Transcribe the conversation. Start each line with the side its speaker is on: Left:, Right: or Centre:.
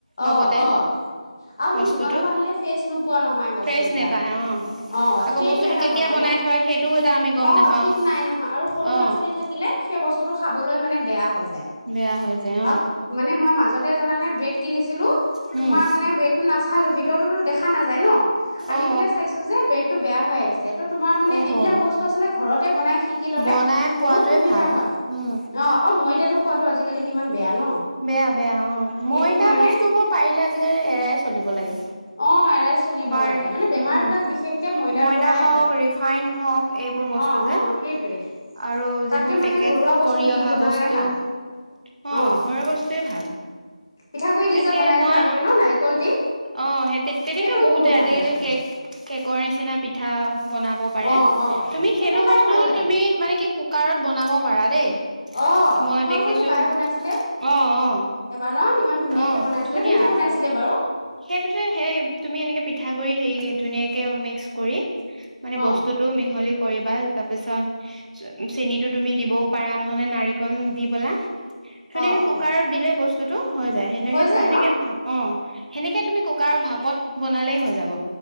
Right: লগতে
Left: অ অ আৰু
Right: বস্তুটো
Left: তুমি দোকানৰ পৰা আনিলে ফ্ৰেচ নোপোৱা নহয় বস্তু
Right: ফ্ৰেছ
Left: বিলাক
Right: নোপায় অ
Left: অ
Right: আকৌ
Left: সেই
Right: বস্তুটো কেতিয়া
Left: মানে
Right: বনাই থয় সেইটোও এটা আমি গম
Left: অ
Right: নোপাও
Left: ঠিক নাই নহয় আৰু সৰু
Right: অ
Left: ল'ৰা ছোৱালী থাকিলে সেই বস্তুটো খাবলৈ মানে বেয়া হয়
Right: বেয়া হৈ যায়
Left: অ মানে মই মাজতে জানানে ব্ৰেড কিনিছিলো
Right: উম
Left: তোমাৰ মানে ব্ৰেড টো নাচালো ভিতৰতোতো দেখা নাযায় ন আনি
Right: অ
Left: পেলাই চাইছো যে ব্ৰেড টো বেয়া হৈ আহিছে সেইটো তোমাৰ মানে
Right: অ অহ
Left: এইবিলাক বস্তু আচলে ঘৰতে বনাই শিকি ল'লে
Right: বনাই খোৱাটোৱে
Left: বহুত সুবিধা
Right: ভাল
Left: হয়
Right: উম
Left: অ', আৰু ময়দাটো খোৱাটো আজিকালি কিমান বেয়া ন
Right: বেয়া বেয়া অ
Left: সেইটো
Right: মইনা
Left: কাৰণে
Right: বস্তুবোৰ পাৰিলে আজিকালি এৰাই চলিব লাগে
Left: অ', এৰাই চলিব
Right: বাৰ
Left: লাগে মানে বেমাৰ
Right: উম
Left: বিলাক বিশেষকে ময়দাৰ
Right: মই <unintelligible>
Left: পৰাই
Right: হক
Left: হয়
Right: ৰিফাইন হক এইবোৰ বস্তু
Left: অ',
Right: যে
Left: অ', সেইটোৱে
Right: আৰু
Left: তাতকে
Right: যিবোৰ
Left: মানে
Right: পেকেট
Left: ঘৰুৱা বস্তু
Right: কৰি
Left: দি
Right: অহা
Left: বনাই
Right: বস্তু
Left: ভাল
Right: অ ঘৰৰ
Left: অ',
Right: বস্তুয়ে ভাল
Left: পিঠাগুৰি দি
Right: তাকে
Left: যে বনাই
Right: মই
Left: যে আগতে ন নাৰিকল দি
Right: অ সেই তেনেকেও
Left: সেইটোও
Right: বহুতে
Left: বহুত ভাল
Right: আজিকালি
Left: লাগে খাবলৈ
Right: কেক কেকৰ নিচিনা পিঠা বনাব পাৰে
Left: অ অ
Right: তুমি সেইটো
Left: খাই
Right: বস্তু
Left: ভাল
Right: টো
Left: লাগে
Right: তুমি মানে কি কুকাৰত বনাব পাৰা দেই
Left: অ
Right: মই
Left: তোমালোকৰ
Right: দেখিছো
Left: যে বায়ে বনাইছিলে
Right: অ অ
Left: এবাৰ ন ইমান ধুনীয়াকে
Right: অ
Left: বনাইছিলে
Right: ধুনীয়া
Left: কেনেকে বনাইছিলে বাৰু
Right: সেইটোতে সেই তুমি এনেকে পিঠা <unintelligible> হেৰি ধুনীয়াকে মিক্স কৰি মানে
Left: অ
Right: বস্তুটো মিহলি কৰিবা তাৰপিছত চেনিটো তুমি দিবও পাৰা নহলে নাৰিকল দি পেলে ধুনীয়াকে
Left: অ
Right: কুকাৰত
Left: অ
Right: দিলে বস্তুটো হৈ যায় সেইটো
Left: হৈ
Right: সেইটো
Left: যায়
Right: সেনেকে
Left: ন
Right: ভ অ সেনেকে তুমি কুকাৰৰ ভাপত বনালেই হৈ যাব।